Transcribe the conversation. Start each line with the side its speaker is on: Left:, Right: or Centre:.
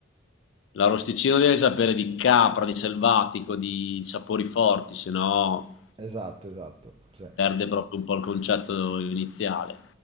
Left: l'arrosticino deve sapere di capra, di selvatico, di sapori forti, se no
Right: Esatto, esatto, sì.
Left: perde proprio un po' il concetto iniziale.